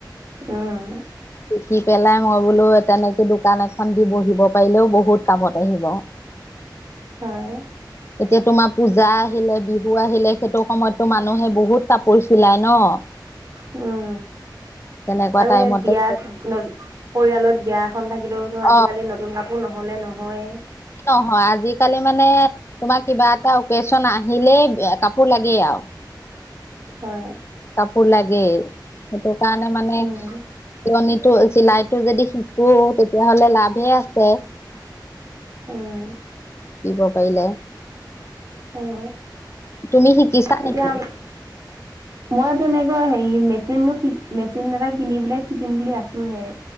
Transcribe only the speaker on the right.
অ'।
হয়,
উম।
কে বিয়াত ন পৰিয়ালত বিয়া এখন থাকিলেওঁতো আজিকালি
নতুন কা পোৰ নহ'লে নহয়ে।
হয়।
উম,
উম,
হয়।
এতিয়া
মই তেনেকুৱা হেৰি মেচিনো মেচিন এটা কিনি পেলাই শিকিম বুলি আছো হে।